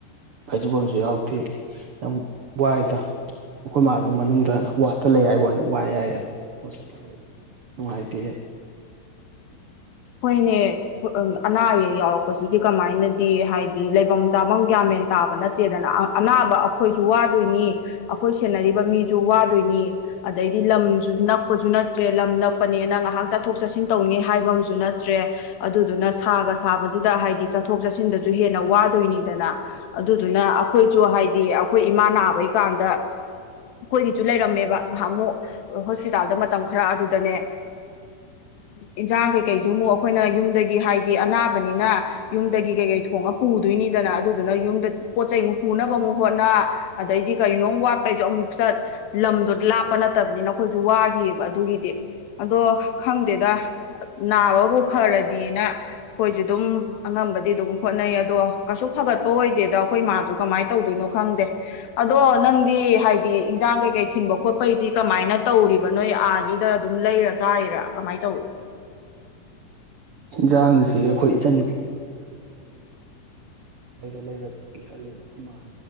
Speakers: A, on the right; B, on the left.
A: ꯐꯩꯖꯕꯣꯜꯁꯨ ꯌꯥꯎꯗꯦ ꯌꯥꯝ ꯋꯥꯏꯗ ꯑꯩꯈꯣꯏ ꯃꯥꯗꯨ ꯃꯅꯨꯡꯗ ꯋꯥꯠꯇ ꯂꯩ ꯍꯥꯏꯏ ꯋꯥꯅꯤ ꯋꯥꯏ ꯌꯥꯏ ꯑꯗꯨ ꯍꯣꯁꯄꯤꯇꯥꯜ ꯂꯩꯕ ꯅꯨꯡꯉꯥꯏꯇꯦ
B: ꯍꯣꯏꯅꯦ ꯑꯅꯥ ꯑꯌꯦꯛ ꯌꯥꯎꯔꯛꯄꯁꯤꯗꯤ ꯀꯃꯥꯏꯅꯗꯤ ꯍꯥꯏꯗꯤ ꯂꯩꯐꯝ ꯆꯥꯐꯝ ꯒ꯭ꯌꯥꯃꯦꯟ ꯇꯥꯕ ꯅꯠꯇꯦꯗꯅ ꯑꯅꯥꯕ ꯑꯩꯈꯣꯏꯁꯨ ꯋꯥꯗꯣꯏꯅꯤ ꯑꯩꯈꯣꯏ ꯁꯦꯟꯅꯔꯤꯕ ꯃꯤꯁꯨ ꯋꯥꯗꯣꯏꯅꯤ ꯑꯗꯩꯗꯤ ꯂꯝꯁꯨ ꯅꯛꯄꯁꯨ ꯅꯠꯇ꯭ꯔꯦ ꯂꯝ ꯅꯛꯄꯅꯦꯅ ꯉꯥꯏꯍꯥꯛ ꯆꯠꯊꯣꯛ ꯆꯠꯁꯤꯟ ꯇꯧꯅꯤ ꯍꯥꯏꯕ ꯨ ꯅꯠꯇ꯭ꯔꯦ ꯑꯗꯨꯗꯨꯅ ꯁꯥꯒ ꯁꯥꯕꯁꯤꯗ ꯍꯥꯏꯗꯤ ꯆꯠꯊꯣꯛ ꯆꯠꯁꯤꯟꯗꯁꯨ ꯍꯦꯟꯅ ꯋꯥꯗꯣꯏꯅꯤꯗꯅ ꯑꯗꯨꯗꯨꯅ ꯑꯩꯈꯣꯏꯁꯨ ꯍꯥꯏꯗꯤ ꯑꯩꯈꯣꯏ ꯏꯃꯥ ꯅꯥꯕꯩꯀꯥꯟꯗ ꯑꯩꯈꯣꯏꯒꯤꯁꯨ ꯂꯩꯔꯝꯃꯦꯕ ꯉꯍꯥꯛ ꯑꯃꯨꯛ ꯍꯣꯁꯄꯤꯇꯥꯜꯗ ꯃꯇꯝ ꯈꯔ ꯑꯗꯨꯗꯅꯦ ꯏꯟꯁꯥꯡ ꯀꯩ ꯀꯩ ꯀꯩꯁ ꯑꯃꯨꯛ ꯑꯩꯈꯣꯏꯅ ꯌꯨꯝꯗꯒꯤ ꯍꯥꯏꯗꯤ ꯑꯅꯥꯕꯅꯤꯅ ꯌꯨꯝꯗꯒꯤ ꯀꯩꯀꯩ ꯊꯣꯡꯉ ꯄꯨꯗꯣꯏꯅꯤꯗꯅ ꯑꯗꯨꯗꯨꯅ ꯌꯨꯝꯗ ꯄꯣꯠ ꯆꯩꯩꯃꯨꯛ ꯄꯨꯅꯕ ꯑꯃꯨꯛ ꯍꯣꯠꯅ ꯑꯗꯩꯗꯤ ꯀꯅꯣ ꯋꯥꯠꯄꯩꯁꯨ ꯑꯃꯨꯛ ꯆꯠ ꯂꯝꯗꯣ ꯂꯥꯞꯄ ꯅꯠꯇꯕꯅꯤꯅ ꯑꯩꯈꯣꯏꯁꯨ ꯋꯥꯈꯤꯑꯕ ꯑꯗꯨꯒꯤꯗꯤ ꯑꯗꯣ ꯈꯪꯗꯦꯗ ꯅꯥꯕꯕꯨ ꯐꯔꯗꯤꯅ ꯑꯩꯈꯣꯏꯁꯦ ꯑꯗꯨꯝ ꯑꯉꯝꯕꯗꯤ ꯑꯗꯨꯝ ꯈꯣꯠꯅꯩ ꯑꯗꯣ ꯀꯩꯁꯨ ꯐꯒꯠꯄ ꯑꯣꯏꯗꯦꯗ ꯑꯩꯈꯣꯏ ꯃꯥꯁꯨ ꯀꯃꯥꯏꯅ ꯇꯧꯗꯣꯏꯅꯣ ꯈꯪꯗꯦ ꯑꯗꯣ ꯅꯪꯗꯤ ꯍꯥꯏꯗꯤ ꯏꯟꯖꯥꯡ ꯀꯩꯀꯩ ꯊꯤꯟꯕ ꯈꯣꯠꯄꯩꯗꯤ ꯀꯃꯥꯏꯅ ꯇꯧꯔꯤꯕ ꯅꯣꯏ ꯑꯥꯒꯤꯗ ꯑꯗꯨꯝ ꯂꯩꯔ ꯆꯥꯏꯔꯥ ꯀꯃꯥꯏꯅ ꯇꯧ
A: ꯌꯦꯟꯁꯥꯡ ꯑꯁꯤ ꯑꯩꯈꯣꯏ ꯏꯆꯟꯅꯨꯄꯤ ꯂꯩꯔ ꯂꯩꯔ ꯄꯤꯁꯜꯂꯗ ꯈꯨꯈꯣꯏꯃ